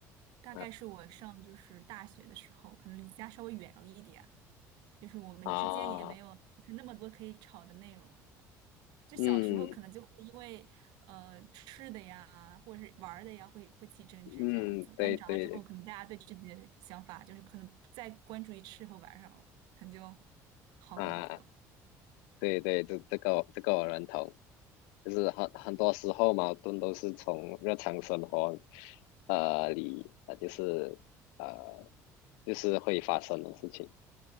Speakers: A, on the right; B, on the left.
A: 大概是我上就是大学的时候，
B: 嗯
A: 可能离家稍微远了一点，就是我们之间也没有就是那么多可以吵的内容了。
B: 啊，
A: 就小时候可能就会因为呃吃的呀，
B: 嗯
A: 或者是玩儿的呀，会会起争执这样子。
B: 嗯，对对
A: 但长大之后，可能大家对自己的想法就是可能不再关注于吃和玩儿上了，可能就好很多。
B: 啊，对对，这这个我这个我认同，就是很很多时候矛盾都是从日常生活呃里，呃就是呃就是会发生的事情，